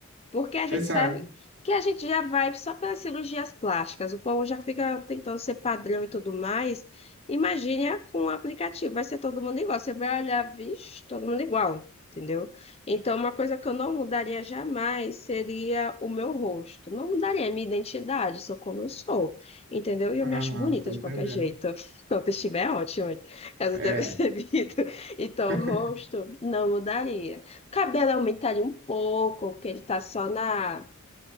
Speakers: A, on the left (about 25°); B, on the right (about 55°).
A: Porque a gente
B: Exato.
A: sabe que a gente já vai só pelas cirurgias plásticas, o povo já fica tentando ser padrão e tudo mais. Imagine a- com o aplicativo, vai ser todo mundo igual. Você vai olhar, vixe, todo mundo igual, entendeu? Então, uma coisa que eu não mudaria jamais seria o meu rosto. Não mudaria a minha identidade, sou como eu sou, entendeu? E eu
B: Aham,
A: me acho bonita
B: tô
A: de
B: entendendo.
A: qualquer jeito. <laughs> Então, o autoestima é ótimo. Caso
B: É,
A: tenha <laughs> percebido. Então,
B: <laughs>
A: o rosto não mudaria. O cabelo aumentaria um pouco, porque ele tá só na.